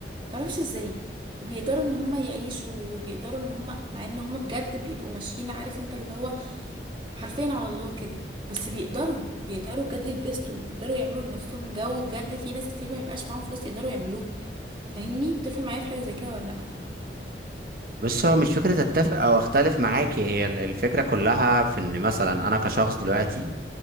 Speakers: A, on the right (about 25°); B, on the right (about 50°).
A: متعرفش ازاي وبيقدروا ان هما يعيشوا وبيقدروا ان هما مع ان هما بجد بيبقوا ماشيين عارف انت اللي هو حرفيا على الله كده بس بيقدروا بيقدروا بجد يتبسطوا بيقدروا يعملوا لنفسهم جو بجد في ناس كتير ما يبقاش معاهم فلوس يقدروا يعملوه فاهمني تتفق معايا في حاجة زي كده ولا لأ؟
B: بص هو مش فكرة اتفق او اختلف معاك هي ال- الفكرة كلها في ان مثلا انا كشخص دلوقتي